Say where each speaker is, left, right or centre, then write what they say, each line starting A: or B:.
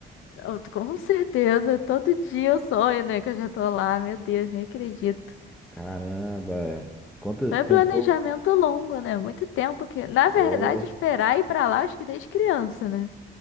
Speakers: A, on the left; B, in the centre.
A: Eu tô- com certeza, todo dia eu sonho, né, que eu já tô lá, meu Deus, nem acredito.
B: Caramba. é. Quanto
A: Foi
B: tentou?
A: um planejamento longo, né? Muito tempo que, na verdade,
B: Foi.
A: esperar ir pra lá, acho que desde criança, né?